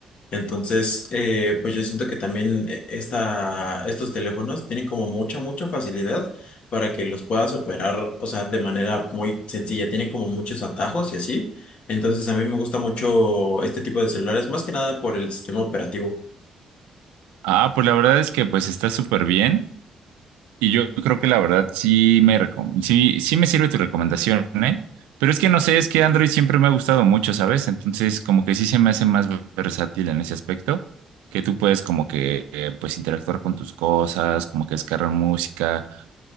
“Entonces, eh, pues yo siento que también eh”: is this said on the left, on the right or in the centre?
Left